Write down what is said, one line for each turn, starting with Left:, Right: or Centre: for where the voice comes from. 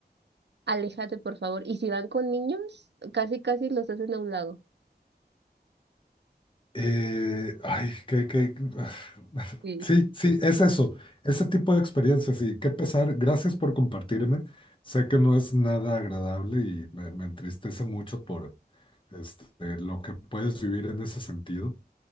Right: aléjate por favor. Y si van con niños, casi, casi los hacen a un lado.
Left: Eh, ay, que, que... <laughs>
Right: Sí.
Left: Sí, sí, es eso. Ese tipo de experiencias y qué pesar. Gracias por compartirme. Sé que no es nada agradable y me, me entristece mucho por este, lo que puedes vivir en ese sentido.